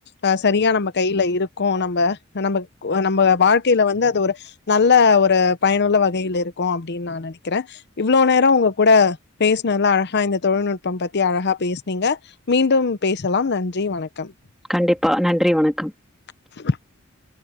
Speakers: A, on the left; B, in the centre.
A: அ சரியா நம் ப கையில இருக்கு நம்ப நம்ப நம்ப வாழ்க்கையில வந்து அது ஒரு நல்ல ஒரு பயனுள்ள வகையில் இருக்கும் அப்டின்னு நான் நனைக்கிறேன் இவ்ளோ நேரோ உங்க கூட பேசினதுல்லாம் அழகா இந்த தொழில்நுட்பம் பத்தி அழகா பேசுனீங்க மீண்டும் பேசலாம் நன்றி வணக்கம்
B: கண்டிப்பா நன்றி வணக்கம்
A: <inaudible>